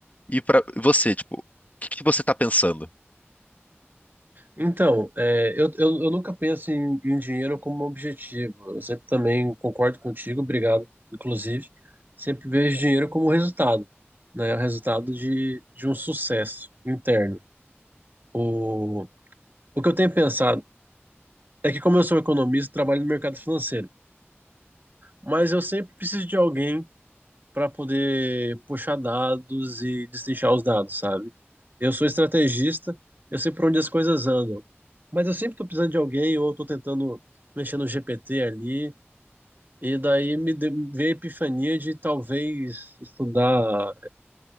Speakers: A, on the left; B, on the right.
A: E pra você, tipo, o que que você tá pensando?
B: Então, é, eu, eu, eu nunca penso em, em dinheiro como um objetivo. Eu sempre também concordo contigo, obrigado, inclusive. Sempre vejo dinheiro como resultado, né? O resultado de, de um sucesso interno. O, o que eu tenho pensado é que, como eu sou economista, trabalho no mercado financeiro, mas eu sempre preciso de alguém para poder puxar dados e destrinchar os dados, sabe? Eu sou estrategista, eu sei por onde as coisas andam, mas eu sempre estou precisando de alguém ou estou tentando mexer no GPT ali, e daí me de- veio a epifania de talvez estudar